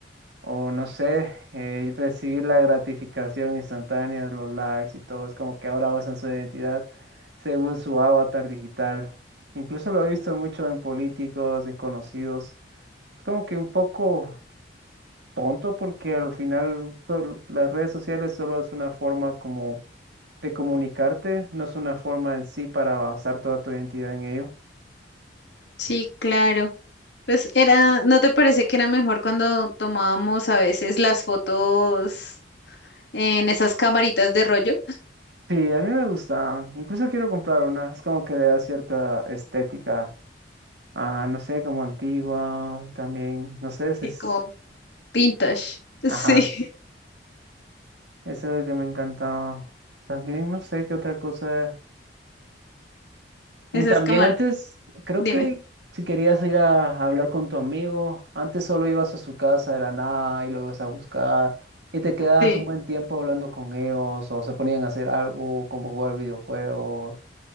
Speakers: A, on the right; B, on the left.
A: O no sé, eh, recibir la gratificación instantánea, los likes y todo. Es como que ahora basan su identidad según su avatar digital. Incluso lo he visto mucho en políticos, en conocidos. Es como que un poco tonto porque al final sol- las redes sociales solo es una forma como de comunicarte, no es una forma en sí para basar toda tu identidad en ello.
B: Sí, claro. Pues era, ¿no te parece que era mejor cuando tomábamos a veces las fotos en esas camaritas de rollo? <laughs>
A: Sí, a mí me gusta. Incluso quiero comprar una. Es como que le da cierta estética Ah, no sé, como antigua, también, no sé, ese
B: Sí,
A: es,
B: como vintage. Sí,
A: ajá, eso es lo que me encantaba. También, no sé qué otra cosa.
B: <laughs>
A: Mm,
B: esas
A: También
B: cámaras.
A: antes, creo
B: Dime.
A: que si querías ir a, a hablar con tu amigo, antes solo ibas a su casa de la nada y lo ibas a buscar y te quedabas
B: Sí.
A: un buen tiempo hablando con ellos o se ponían a hacer algo, como jugar videojuegos.